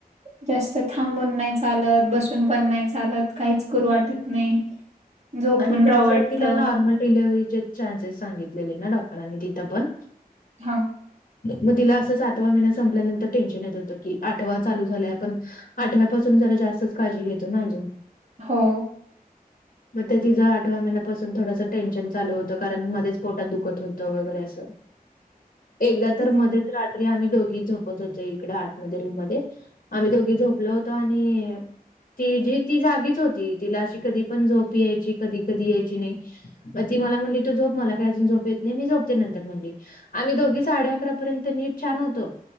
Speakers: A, on the right; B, on the left.
A: जास्त थांबून नाही चालत बसून पण नाही चालत काहीच कररू वाटत नाही. झोपून
B: आणि कसं
A: राहावं वाटतं.
B: तिला नॉर्मल डिलिव्हरीचे चान्सेस सांगितलेले ना डॉक्टरांनी तिथं पण.
A: हा..
B: मग तिला असं सातवा महिन संपल्यानंतर टेन्शन येत होतं की आठवा चालू झालाय पण.... आठव्यापासून जरा जास्तच काळी घेतो ना अजून.
A: हो.
B: मग ते तिचं आठवा महिन्यापासून थोडंसं टेनशन चालू होतं कारण मध्येच पोटात दुखत होतं वगैरे असं.
A: <inaudible>
B: एकदा
A: हं,
B: तर मध्येच रात्री आम्ही दोघी झोपत होतो इकडे आतमध्ये रूम मध्ये... आम्ही दोघी झोपलो होतो आणि.. ती जी ती जागीच होती तिला अशी कधी पण झोप यायची कधी कधी यायची नाही.. मग ती मला म्हणली तू झोप मला काय अजून झोप येत नाही मी झोपते नंतर म्हणली. आम्ही दोघी साडे अकरा पर्यंत नीट छान होतो